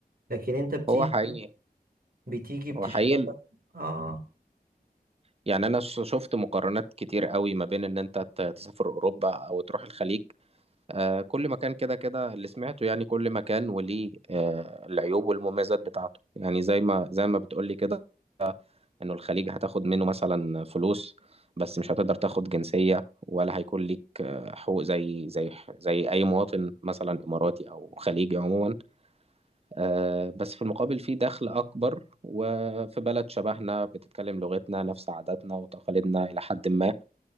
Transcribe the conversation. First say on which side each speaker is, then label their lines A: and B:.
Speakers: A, on the right (about 65°); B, on the right (about 40°).
A: لكن انت بتيجي
B: هو حقيقي
A: بتيجي بتشتغل
B: هو حقيقي ال-
A: اه
B: يعني أنا ش- شفت مقارنات كتير قوي ما بين إن أنت ت- تسافر أوروبا أو تروح الخليج آه، كل مكان كده كده اللي سمعته يعني كل مكان وليه آه، العيوب والمميزات بتاعته يعني زي ما زي ما بتقولي كده انه الخليج هتاخد منه مثلا فلوس بس مش هتقدر تاخد جنسية ولا هيكون ليك آه، حقوق زي زي زي اي مواطن مثلا اماراتي او خليجي عموما آه، بس في المقابل في دخل اكبر وفي بلد شبهنا بتتكلم لغتنا نفس عاداتنا وتقاليدنا الى حد ما